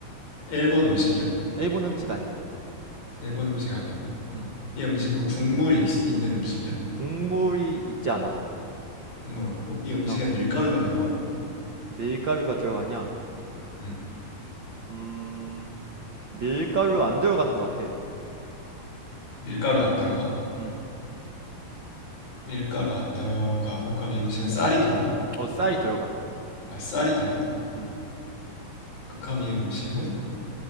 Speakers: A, on the left; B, on the right.
A: 일본 음식이야?
B: 일본 음식 아니야.
A: 일본 음식 아니고.
B: 음,
A: 이 음식은 국물이 있, 있는 음식이야?
B: 국물이 있지 않아.
A: 국물 없고. 이 음식엔
B: 어,
A: 밀가루가 들어가?
B: 밀가루가 들어가냐?
A: 음.
B: 음, 밀가루 안 들어가는 것 같아.
A: 밀가루 안 들어가?
B: 음,
A: 밀가루 안 들어가고. 그럼 이 음식은 쌀이 들어가?
B: 어, 쌀이 들어가.
A: 아, 쌀이 들어가?
B: 음,
A: 그- 그럼 이 음식은